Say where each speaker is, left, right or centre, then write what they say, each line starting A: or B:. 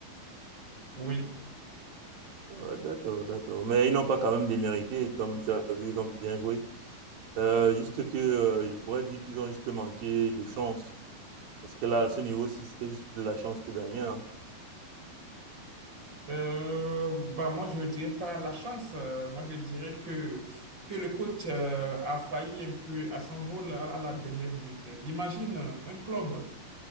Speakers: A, on the right; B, on the right.
A: Oui.
B: Euh, d'accord, d'accord. Mais ils n'ont pas quand même démérité, comme tu as vu, ils ont bien joué. Euh, juste que, euh, je pourrais dire qu'ils ont juste manqué de chance. Parce que là, à ce niveau-ci, c'était juste de la chance pour gagner. hein.
A: Euh, bah moi, je ne dirais pas la chance. Euh, moi, je dirais que, que le coach euh, a failli un peu à son rôle à, à la dernière minute. Imagine euh, un club.